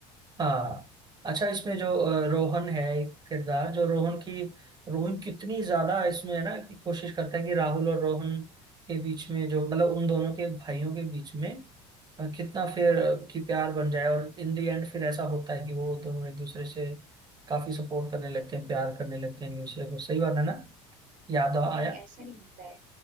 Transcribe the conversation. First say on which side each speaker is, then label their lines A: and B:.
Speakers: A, on the right; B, on the right.
A: हाँ अच्छा इसमें जो अ, रोहन है एक किरदार जो रोहन की रोहन कितनी ज्यादा इसमें है ना कि कोशिश करता है कि राहुल और रोहन के बीच में जो मतलब उन दोनों के भाइयों के बीच में अ, कितना फिर अ, कि प्यार बन जाए और इन दी एंड फिर ऐसा होता है कि वो दोनों एक दूसरे से काफी सपोर्ट करने लगते हैं प्यार करने लगते हैं एक दूसरे को सही बात है ना याद आ-
B: नहीं
A: आया
B: ऐसा नहीं होता है